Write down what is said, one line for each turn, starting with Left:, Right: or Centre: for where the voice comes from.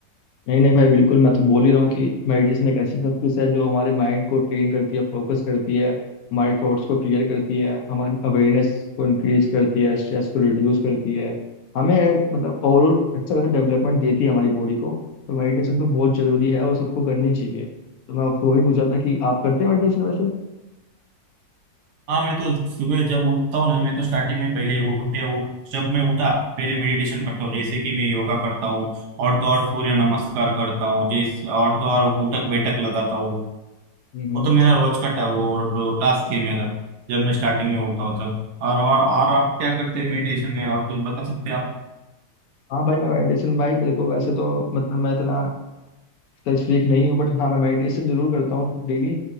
Left: नहीं नहीं भाई बिल्कुल मैं तो बोल ही रहा हूँ कि मेडिटेशन एक ऐसी प्रैक्टिस है जो हमारे माइंड को ट्रेन करती है फोकस करती है हमारे थॉट्स को क्लियर करती है हमारी अवेयरनेस को इंक्रीज करती है स्ट्रेस को रिड्यूस करती है हमें मतलब ओवरऑल अच्छा खासा डेवलपमेंट देती है हमारी बॉडी को तो मेडिटेशन तो बहुत जरूरी है और सबको करनी चाहिए तो मैं आपसे वही पूछा था कि आप करते हैं मेडिटेशन वैसे
Right: हाँ मैं तो सुबह जब उठता हूँ ना मैं तो स्टार्टिंग में पहले उठते उठ जब मैं उठा पहले मेडिटेशन करता हूँ जैसे कि मैं योगा करता हूँ और तो और सूर्य नमस्कार करता हूँ जैसे और तो और उठक बैठक लगाता हूँ
Left: हम्म हम्म।
Right: वो तो मेरा रोज का टा, वो टास्क है मेरा जब मैं स्टार्टिंग में होता हूँ तब और और, और आप क्या करते हैं मेडिटेशन में और कुछ बता सकते हैं आप
Left: हाँ भाई मैं मेडिटेशन भाई देखो वैसे तो मतलब मैं इतना, स्ट्रेस फ्रीक नहीं हूँ बट हाँ मैं मेडिटेशन जरूर करता हूँ डेली